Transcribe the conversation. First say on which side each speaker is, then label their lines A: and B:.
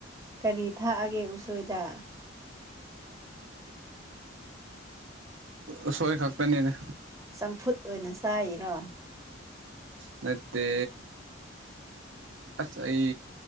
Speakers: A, on the right; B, on the right.
A: ꯀꯔꯤ ꯊꯥꯛꯑꯒꯦ ꯎꯁꯣꯏꯗ
B: ꯑꯁꯣꯏ ꯈꯛꯇꯅꯤꯅꯦ
A: ꯆꯝꯐꯨꯠ ꯑꯣꯏꯅ ꯆꯥꯏꯔꯤꯔꯣ
B: ꯅꯠꯇꯦ ꯑꯁ ꯑꯩ